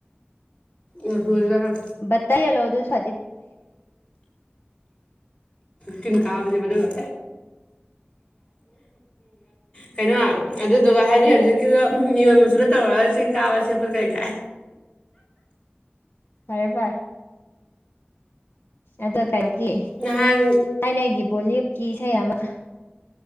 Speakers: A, on the left (about 30°); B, on the left (about 65°).
A: ꯑ ꯍ
B: ꯠꯇꯥꯏꯂꯣ ꯑꯣ ꯑꯗꯨ ꯁ
A: ꯇꯤꯟꯀ ꯀꯥꯁꯦꯕ ꯑꯗꯨꯒ ꯀꯩꯅꯣ ꯑꯗꯨꯗꯨꯒ ꯍꯥꯏꯗꯤ ꯍꯧꯖꯤꯛꯀꯤꯗ ꯃꯤꯑꯣꯣꯟ ꯃꯁꯨꯨꯗ ꯇꯧꯔꯒ ꯆꯤꯡ ꯀꯥꯕ ꯁꯦꯠꯄ ꯀꯩ ꯀꯥꯏ
B: ꯐꯔꯦꯕꯔ ꯑꯗ ꯀꯩꯅꯣꯒꯤ
A: ꯅꯍꯥꯟ
B: ꯊꯥꯏꯅꯒꯤ ꯕꯣꯂꯤꯋꯨꯗꯀꯤ ꯏꯁꯩ ꯑꯃ